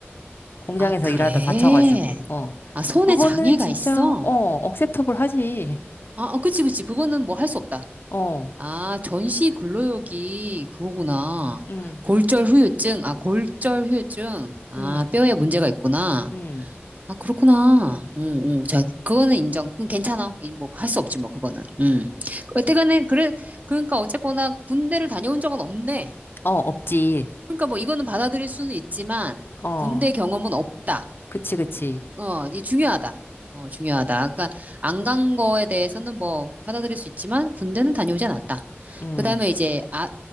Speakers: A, on the left (about 55°); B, on the right (about 40°).
A: 공장에서
B: 아, 그래.
A: 일하다 다쳐가지고, 어.
B: 아, 손에
A: 그거는
B: 장애가
A: 진짜,
B: 있어?
A: 어, 억셉터블 하지.
B: 아, 아, 그치, 그치. 그거는 뭐 할 수 없다.
A: 어,
B: 아, 전시 근로역이 그거구나.
A: 응
B: 골절 후유증, 아, 골절 후유증. 아,
A: 응
B: 뼈에 문제가 있구나.
A: 응
B: 아, 그렇구나. 응, 응. 자, 그거는 인정. 그건 괜찮아. 이 뭐, 할 수 없지, 뭐, 그거는. 응. 어쨌거나, 그래, 그러니까 어쨌거나 군대를 다녀온 적은 없네.
A: 어, 없지.
B: 그러니까 뭐, 이거는 받아들일 수는 있지만,
A: 어,
B: 군대 경험은 없다.
A: 그치, 그치.
B: 어, 이 중요하다. 어, 중요하다. 그러니까 안 간 거에 대해서는 뭐 받아들일 수 있지만 군대는 다녀오지 않았다.
A: 응
B: 그다음에 이제 아,